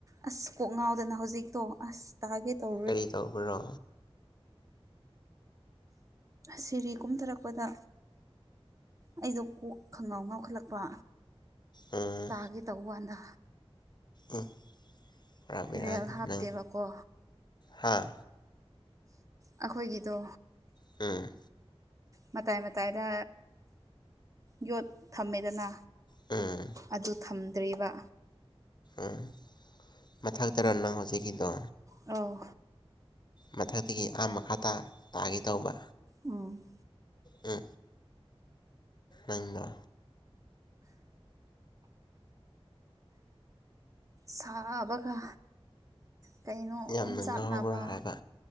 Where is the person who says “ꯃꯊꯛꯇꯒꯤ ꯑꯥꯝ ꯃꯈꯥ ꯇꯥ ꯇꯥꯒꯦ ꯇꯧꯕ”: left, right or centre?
Left